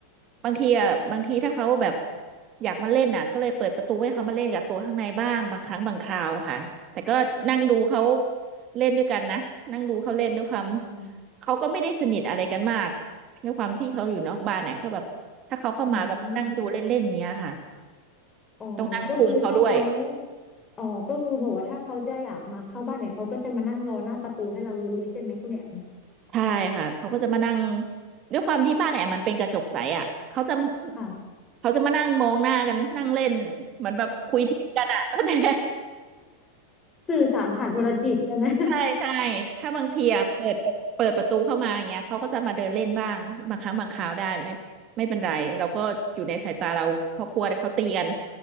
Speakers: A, on the right; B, on the left.
A: บางทีอ่ะบางทีถ้าเขาแบบอยากมาเล่นน่ะก็เลยเปิดประตูให้เขามาเล่นกับตัวข้างในบ้างบางครั้งบางคราวค่ะแต่ก็นั่งดูเขาเล่นด้วยกันนะนั่งดูเขาเล่นด้วยความ
B: อ๋อ
A: เขาก็ไม่ได้สนิทอะไรกันมากด้วยความที่เขาอยู่นอกบ้านเนี่ยก็แบบถ้าเขาเข้ามาแบบนั่งดูเล่นๆเนี้ยค่ะ
B: อืม อ๋อก็คือถ้าเขา
A: ต้องนั่งคุมเขาด้วย
B: อ๋อก็คือแบบว่าถ้าเขาจะอยากมาเข้าบ้านเนี่ยเขาก็จะมานั่งรอหน้าประตูให้เรารู้เลยใช่ไหมคุณแหม
A: ใช่ค่ะ เขาก็จะมานั่งด้วยความที่บ้านแอมมันเป็นกระจกใสอ่ะเขาจะ
B: ค่ะ
A: เขาจะมานั่งมองหน้ากันนั่งเล่นเหมือนแบบคุยทิพย์กันอ่ะ <laughs> เข้าใจไหม
B: <laughs> สื่อสารผ่านโทรจิตอันนั้น
A: ใช่ใช่ถ้าบางทีอะเปิดเปิดประตูเข้ามาอย่างเงี้ยเขาก็จะมาเดินเล่นบ้างบางครั้งบางคราวได้ไม่ไม่เป็นไรเราก็อยู่ในสายตาเราเพราะกลัวเดี๋ยวเขาตีกัน